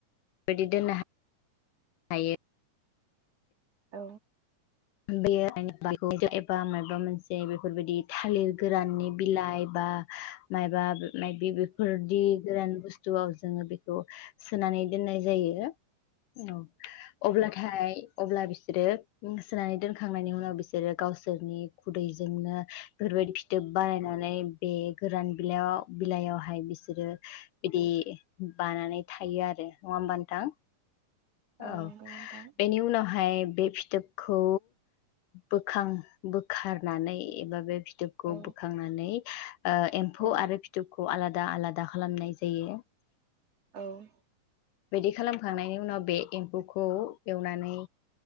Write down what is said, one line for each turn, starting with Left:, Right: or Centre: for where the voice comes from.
Left: बेबायदि दोननो हायो।
Right: औ।
Left: बे एबा माबा मोनसे बेफोरबायदि। थालिर गोराननि बिलाइ बा माबा मायबि बेफोरदि गोरान बुस्थुआव जोङो बेखौ सोनानै दोननाय जायो औ अब्लाथाय अब्ला बिसोरो। सोनानै दोनखांनायनि उनाव बिसोरो। गावसोरनि खुदैजोंनो। <inaudible> बेफोरबायदि फिथोब बानायनानै बे गोरान बिलाइयाव बिलाइयावहाय बिसोरो बिदि बानानै थायो आरो। नङा होनबानोथां औ
Right: नंगौ नोंथां
Left: बेनि उनावहाय बे फिथोब। खौ। बोखां बोखारनानै एबा बे। फिथोबखौ
Right: औ
Left: बोखांनानै एम्फौ
Right: औ
Left: आरो फिथोबखौ आलादा आलादा खालामनाय जायो
Right: औ औ
Left: बिदि खालामखांनायनि उनाव बे एम्फौखौ एवनानै